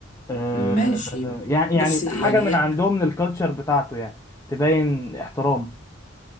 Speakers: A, on the left; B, on the left.
A: آه
B: ماشي
A: يعني
B: بص
A: يعني
B: يعني
A: حاجة
B: هي
A: من عندهم من الكالتشر بتاعته يعني تبين احترام